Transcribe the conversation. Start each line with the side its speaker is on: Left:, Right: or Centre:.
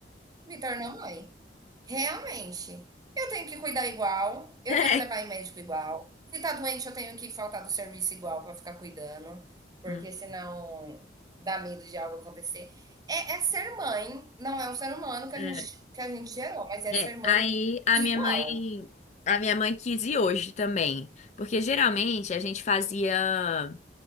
Right: me tornou mãe. Realmente. Eu tenho que cuidar igual, eu
Left: <laughs>
Right: tenho que levar em médico igual. Se tá doente, eu tenho que faltar do serviço igual pra ficar cuidando, porque
Left: É.
Right: senão
Left: Hum,
Right: dá medo de algo acontecer. É é ser mãe, não é um ser humano que
Left: É.
Right: a gente que a gente gerou, mas é
Left: É.
Right: ser mãe
Left: Aí a
Right: igual.
Left: minha mãe, a minha mãe quis ir hoje também, porque geralmente a gente fazia,